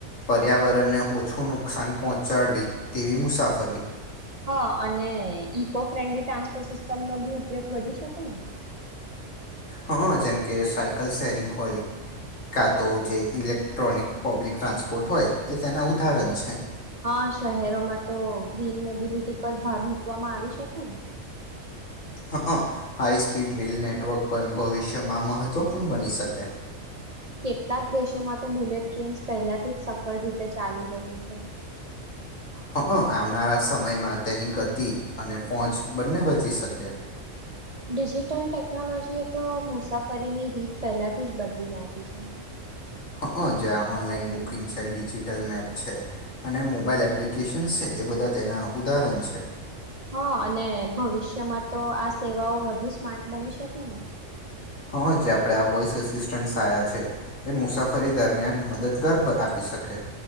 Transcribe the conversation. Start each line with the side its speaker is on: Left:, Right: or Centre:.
Left: પર્યાવરણને ઓછું નુકસાન પહોંચાડવી તેવી મુસાફરી
Right: હા, અને ઈકો ફ્રેન્ડલી ટ્રાન્સપોર્ટ સિસ્ટમનો ભી ઉપયોગ વધી શકે ને.
Left: હા, જેમકે સાયકલ સેરિંગ હોય, કા તો જે ઇલેક્ટ્રોનિક પબ્લિક ટ્રાન્સપોર્ટ હોય એ તેના ઉદાહરણ છે.
Right: હા, શહેરોમાં તો ગ્રીન મોબિલિટી પર ભાર મૂકવામાં આવી શકે ને.
Left: હ હ હાઈસ્પીડ રેલ નેટવર્ક પણ ભવિષ્યમાં મહત્વપૂર્ણ બની શકે.
Right: કેટલાક દેશોમાં તો બુલેટ ટ્રેન્સ પહેલાથી જ સફળ રીતે ચાલી રહી છે.
Left: હ હ આવનારા સમયમાં તેની ગતિ અને પહોંચ બંને બચી શકે.
Right: ડિજિટલ ટેકનોલોજીએ તો મુસાફરીની રીત પહેલાથી જ બદલી નાખી છે.
Left: હ જ્યાં ઓનલાઈન બુકિંગ છે ડિજિટલ મેપ છે અને મોબાઈલ એપ્લિકેશન્સ છે એ બધા તેના ઉદાહરણ છે.
Right: હા અને ભવિષ્યમાં તો આ સેવાઓ વધુ સ્માર્ટ બની શકે ને.
Left: હ જે આપે આ વોસ અસિસ્ટન્ટ સાયા છે એ મુસાફરી દરમિયાન મદદગાર આપી શકે.